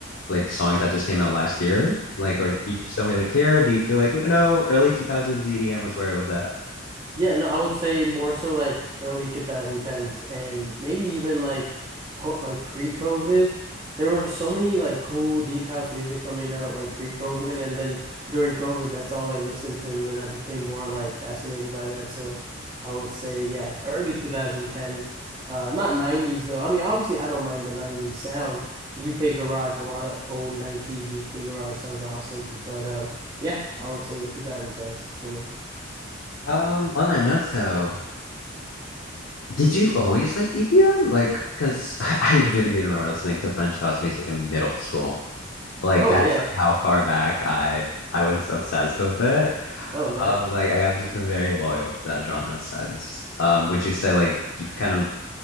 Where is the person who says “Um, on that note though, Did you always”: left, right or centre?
Left